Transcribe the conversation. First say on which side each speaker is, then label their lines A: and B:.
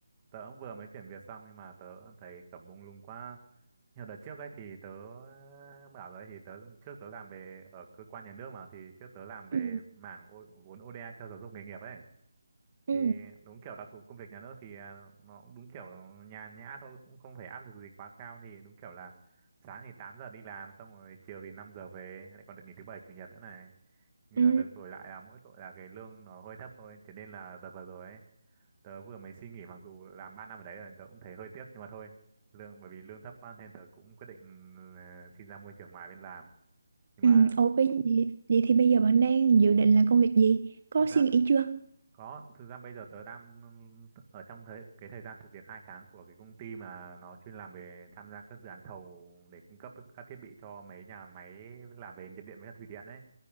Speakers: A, on the right (about 20°); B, on the right (about 50°).
A: tớ cũng vừa mới chuyển việc xong nhưng mà tớ cũng thấy kiểu mông lung quá. Nhưng đợt trước ấy thì tớ bảo rồi ấy, thì tớ trước tớ làm về ở cơ quan nhà nước mà thì trước tớ làm về
B: Ừ.
A: mảng ô, vốn ODA cho giáo dục nghề nghiệp ấy. Thì
B: Ừ.
A: đúng kiểu đặc thù công việc nhà nước thì à, nó cũng đúng kiểu nhàn nhã thôi cũng không phải áp lực gì quá cao thì đúng kiểu là sáng thì 8 giờ đi làm xong rồi chiều thì 5 giờ về lại còn được nghỉ thứ bảy chủ nhật nữa này. Nhưng
B: Ừ.
A: mà được đổi lại là mỗi tội là cái lương nó hơi thấp thôi. Thế nên là đợt vừa rồi ấy tớ vừa mới suy nghĩ mặc dù làm 3 năm ở đấy rồi tớ cũng thấy hơi tiếc nhưng mà thôi lương bởi vì lương thấp quá nên tớ cũng quyết định ờ, xin ra môi trường ngoài bên làm nhưng
B: Ừ.
A: mà
B: Ok, vậy, vậy vậy thì bây giờ bạn đang dự định làm công việc gì? Có
A: thực ra
B: suy nghĩ chưa?
A: có thực ra bây giờ tớ đang ở trong thời, cái thời gian thực việc 2 tháng của cái công ty mà nó chuyên làm về tham gia các dự án thầu để cung cấp các thiết bị cho mấy nhà máy làm về nhiệt điện với cả thủy điện ấy